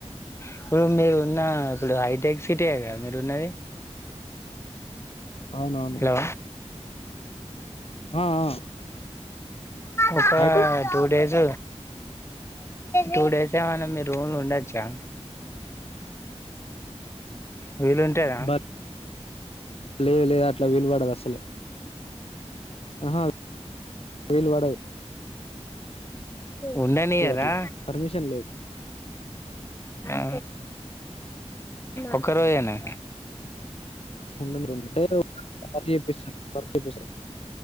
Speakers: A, on the left; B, on the left.
A: ఇప్పుడు మీరు ఉన్న ఇప్పుడు హైటెక్ సిట్టే కదా మీరు ఉన్నది.
B: అవునవును
A: హలో
B: ఆ! ఆ!
A: ఒక
B: hitech
A: two days. Two days ఏమన్నా మీరు రూమ్ లో ఉండొచ్చా. వీలు ఉంటదా.
B: బ లేదు లేదు అట్లా విలుపడదు అసలే ఆహా విలుపడదు
A: ఉండనీయరా
B: అట్లా. పర్మిషన్ లేదు.
A: ఆ ఒక్క రోజేనా
B: ఉండనీరు కాళీ చేపిస్తారు